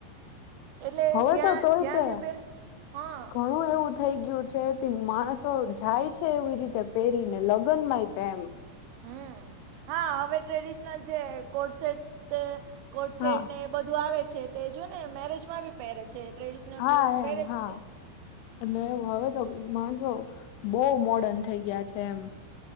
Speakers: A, on the right (about 85°); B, on the left (about 85°).
A: એટલે
B: હવે
A: જ્યાં-જ્યાં
B: તો તોય તે
A: જે પેર, હા.
B: ઘણું એવું થઈ ગયું છે તે માણસો જાય છે, એવી રીતે પહેરીને લગ્નમાંય કે એમ.
A: હમ્મ. હા હવે ટ્રેડિશનલ જે કોટ સેેટ તે કોટ
B: હા.
A: સેટ ને એ બધું આવે છે તો એ જો ને મેરેજ માં બી પહેરે છે. ટ્રેડિશનલ
B: હા
A: ક્લોથ પહેરે
B: એમ હા.
A: જ છે
B: એટલે હવે તો માણસો બહુ મોર્ડન થ થઈ ગયા છે એમ.